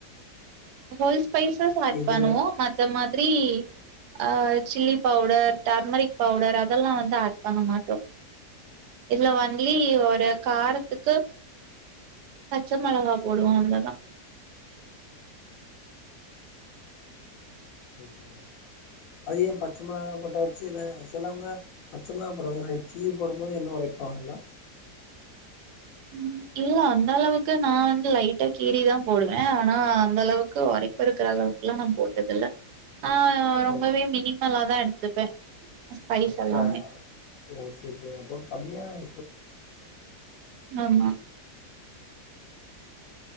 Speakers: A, on the right; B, on the left.
A: ஹோல் ஸ்பைசஸ் ஆட்
B: எதுல
A: பண்ணுவோம் மத்த மாதிரி ஆஹ் சில்லி பவுடர் டர்மரிக் பவுடர் அதெல்லாம் வந்து ஆட் பண்ண மாட்டோம் இதுல ஒன்லி ஒரு காரத்துக்கு பச்ச மிளகா போடுவோம் அவ்ளோதா
B: சரி சரி அது ஏன் பச்ச மோளகா போட்ட சில சிலவங்க பச்ச மிளாகா போடறாங்க ரெட் சில்லி போடும் போது என்ன உழப்பாங்கல்லா
A: உம் இல்ல அந்த அளவுக்கு நா வந்து லைட்டா கீறிதா போடுவேன் ஆனா அந்த அளவுக்கு உரைப்பு இருக்கிற அளவுக்குலாம் நா போட்டதுல்ல ஆஹ் ரொம்பவே
B: ஓ
A: மினி நல்லாதா எடுத்துப்பே ஸ்பைஸ்
B: ஒக்கா
A: எல்லாமே
B: ஒ சேரி சேரி அப்ரம் கம்பியா <inaudible>
A: ஆமா